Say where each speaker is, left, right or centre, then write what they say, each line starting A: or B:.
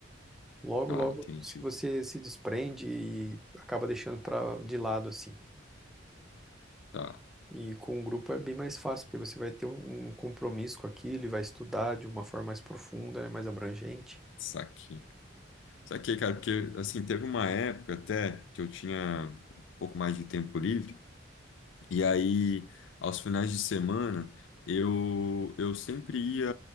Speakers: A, in the centre; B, on the left (about 70°).
A: Logo,
B: tá,
A: logo
B: entendi.
A: se- você se desprende e acaba deixando para de lado assim.
B: Tá,
A: E com um grupo é bem mais fácil, porque você vai ter um um compromisso com aquilo e vai estudar de uma forma mais profunda, né, mais abrangente.
B: saquei. Saquei, cara, porque assim, teve uma época até que eu tinha um pouco mais de tempo livre. E aí, aos finais de semana, eu, eu sempre ia